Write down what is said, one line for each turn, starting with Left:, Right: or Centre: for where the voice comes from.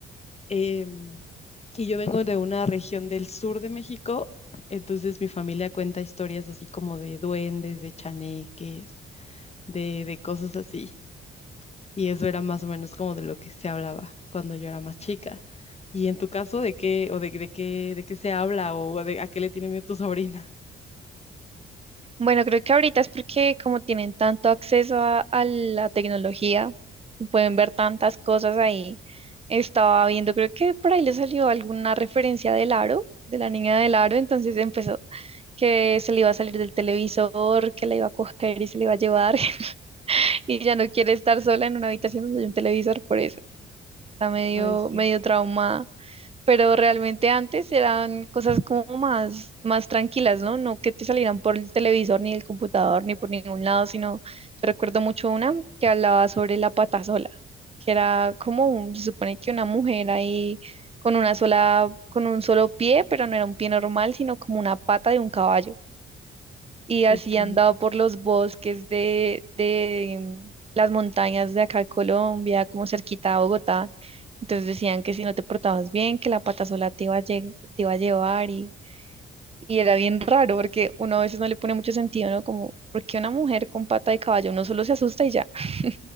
Left: Em, y yo vengo de una región del sur de México, entonces mi familia cuenta historias así como de duendes, de chaneques, de, de cosas así. Y eso era más o menos como de lo que se hablaba cuando yo era más chica. Y en tu caso, ¿de qué o de, de qué de qué se habla o de a qué le tiene miedo tu sobrina?
Right: Bueno, creo que ahorita es porque como tienen tanto acceso a, a la tecnología, pueden ver tantas cosas ahí. Estaba viendo, creo que por ahí le salió alguna referencia del aro, de la niña del aro, entonces empezó que se le iba a salir del televisor, que la iba a coger y se le iba a llevar, <laughs> y ya no quiere estar sola en una habitación donde hay un televisor, por eso está medio,
Left: Ay, sí.
Right: medio traumada. Pero realmente antes eran cosas como más, más tranquilas, ¿no? No que te salieran por el televisor, ni el computador, ni por ningún lado, sino yo recuerdo mucho una que hablaba sobre la pata sola, que era como un- se supone que una mujer ahí con una sola, con un solo pie, pero no era un pie normal, sino como una pata de un caballo y así
Left: Ok.
Right: andaba por los bosques de, de mm, las montañas de acá de Colombia, como cerquita a Bogotá. Entonces decían que si no te portabas bien, que la pata sola te iba a, lle- te iba a llevar y, y era bien raro porque uno a veces no le pone mucho sentido, ¿no? Como, ¿por qué una mujer con pata de caballo? Uno solo se asusta y ya. <laughs>